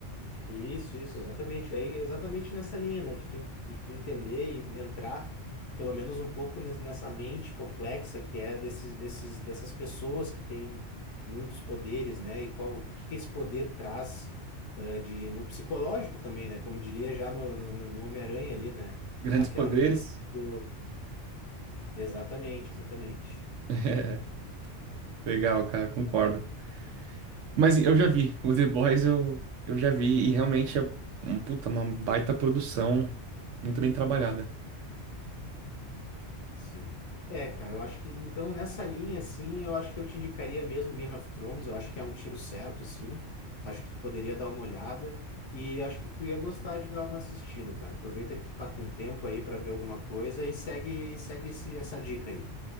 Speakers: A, on the left; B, on the right.
A: Isso, isso, exatamente. Aí, exatamente nessa linha, né? De tu, en- de tu entender e entrar, pelo menos um pouco nes- nessa mente complexa que é desses, desses, dessas pessoas que têm muitos poderes, né? E qual, o que que esse poder traz, eh, de, no psicológico também, né? Como diria já no, no, no no Homem-Aranha ali, né?
B: Grandes
A: Aquela
B: poderes.
A: questão do... Exatamente, exatamente.
B: <laughs> É, Legal, cara, concordo. Mas eu já vi, o The Boys eu, eu já vi, e realmente é um, puta, uma baita produção, muito bem trabalhada.
A: Sim. É, cara, eu acho que então nessa linha, assim, eu acho que eu te indicaria mesmo Game of Thrones, eu acho que é um tiro certo, assim. Acho que tu poderia dar uma olhada e acho que tu ia gostar de dar uma assistida, cara. Aproveita que tu tá com tempo aí pra ver alguma coisa e segue, segue esse, essa dica aí.